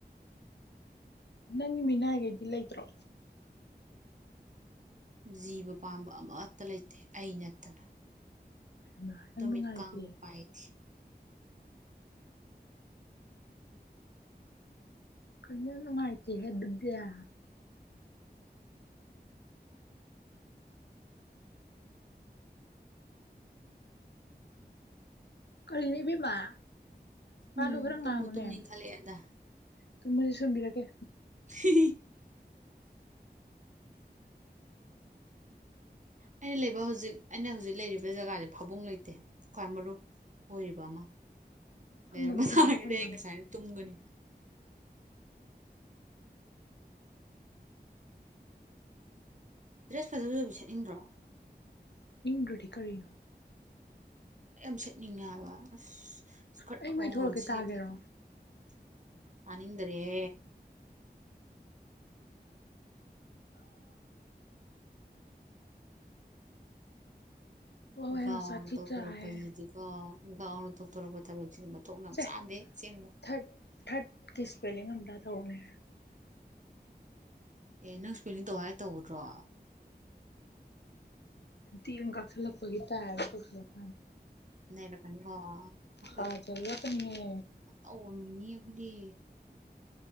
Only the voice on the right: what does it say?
ꯖꯤꯕ ꯄꯥꯟꯕ ꯑꯃꯠꯇ ꯂꯩꯇꯦ ꯑꯩ ꯅꯠꯇꯅ
ꯇꯨꯃꯤꯠ
ꯀꯥꯡꯕꯨ ꯄꯥꯏꯗꯦ
ꯎꯝ
ꯇꯨꯝꯕꯨ ꯇꯨꯝꯅꯤꯡꯈꯠꯂꯛꯑꯦꯗ
ꯍ ꯑꯩꯅ ꯂꯩꯕ ꯍꯧꯖꯤꯛ ꯑꯩꯅ ꯍꯧꯖꯤꯛ ꯂꯩꯔꯤꯕ ꯖꯒꯥꯁꯦ ꯐꯥꯕꯨꯡ ꯂꯩꯇꯦ ꯈ꯭ꯋꯥꯏ ꯃꯔꯨ ꯑꯣꯏꯔꯤꯕ ꯑꯃ
ꯂꯩꯔꯝꯕ
ꯇꯥꯔꯒꯗꯤ
ꯑꯩ ꯉꯁꯥꯏꯅ ꯇꯨꯝꯒꯅꯤ ꯕꯤꯔꯠ ꯐꯖꯕ ꯑꯣꯏꯕꯤ ꯁꯠꯅꯤꯡꯗ꯭ꯔꯣ
ꯌꯥꯝ ꯁꯦꯠꯅꯤꯡꯉꯦꯕ ꯑꯁ ꯏꯁꯀꯔꯠ
ꯑꯀꯧꯕꯒ
ꯌꯦꯠꯂꯒ ꯑꯅꯤꯗꯔꯦ
ꯒꯥꯎꯅ
ꯇꯧꯊꯣꯔꯛꯄꯁꯤꯗꯤꯀꯣ
ꯒꯥꯎꯅ ꯇꯧꯊꯣꯔꯛꯄ ꯊꯕꯛꯁꯤꯗꯤ ꯃꯊꯣꯡ ꯌꯥꯝ
ꯆꯥꯗꯦ ꯑꯁꯦꯡꯕ
ꯑꯦ ꯅꯪ ꯁꯨꯄꯦꯅꯤꯡ ꯇꯧ ꯍꯥꯏ ꯇꯗ꯭ꯔꯣ
ꯂꯩꯔꯛꯀꯅꯤ ꯍꯣ ꯑꯩꯈꯣꯏ
ꯈ ꯇꯧ ꯃꯤꯅꯤ ꯃꯤꯅꯤ ꯑꯗꯤ